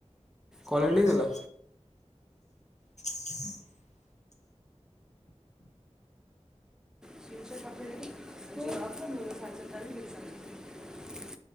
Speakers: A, in the centre; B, on the left.
A: କଲ୍
B: କ୍ୱାଲିଟୀ
A: ଏଣ୍ଡ ହେଇଗଲା?
B: ହେଲା। <unintelligible>
A: <inaudible>